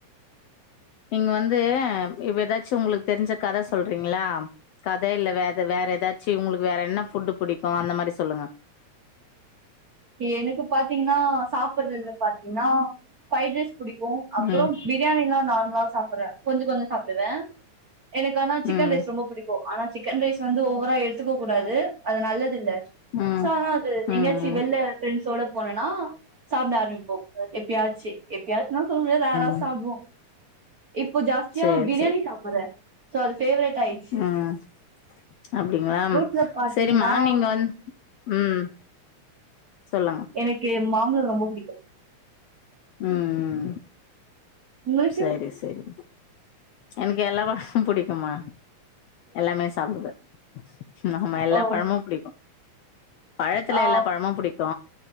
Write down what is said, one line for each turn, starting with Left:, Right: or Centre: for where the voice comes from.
Left: நீங்க வந்து இப்ப எதாச்சு உங்களுக்கு தெரிஞ்ச கத சொல்றீங்களா கத இல்ல வேற வேற ஏதாச்சு உங்களுக்கு வேற என்ன ஃபுட் புடிக்கு அந்த மாரி சொல்லுங்க
Right: எனக்கு பாத்தீங்கன்னா சாப்புட்றதுல பாத்தீங்கன்னா ஃப்ரைடு ரைஸ் புடிக்கு அப்பறோ
Left: ம்
Right: பிரியாணிலா நார்மலா சாப்புட்ற கொஞ்ச கொஞ்சோ சாப்டுவே எனக்கு ஆனா சிக்கன்
Left: ம்
Right: ரைஸ் ரொம்ப புடிக்கு ஆனா சிக்கன் ரைஸ் வந்து ஓவரா எடுத்துக்க கூடாது அது நல்லது இல்ல
Left: ம்
Right: சோ ஆனா அது எங்கயாச்சு
Left: ம் ம்
Right: வெள்ல ஃபிரண்ட்ஸ்ஸோட போனன்னா சாப்ட ஆரம்பிப்போ எப் எப்பியாச்சு எப்பயாச்சுனுலா சொல்ல முடியாது ரேரா
Left: ம்
Right: சாப்டுவோ இப்போ ஜாஸ்தியா
Left: சேரி
Right: பிரியாணி
Left: சேரி
Right: சாப்புட்றே சோ அது பேவ்ரேட் ஆயிச்
Left: ம் அப்டிங்களா
Right: ஃப்ரூட்ஸ்ல பாத்தீங்கன்னா
Left: சேரி மார்னிங் வந் ம் சொல்லுங்க
Right: எனக்கு மாம்பழோ ரொம்ப புடிக்கு
Left: ம் ம்
Right: உங்களுக்கு
Left: செரி செரி எனக்கு எல்லா பழமு புடிக்கும்மா எல்லாமே சாப்பிடுவ ம் ஆமா எல்லா
Right: ஓ
Left: பழமு புடிக்கு பழத்துல
Right: ஆ
Left: எல்லா பழமு புடிக்கு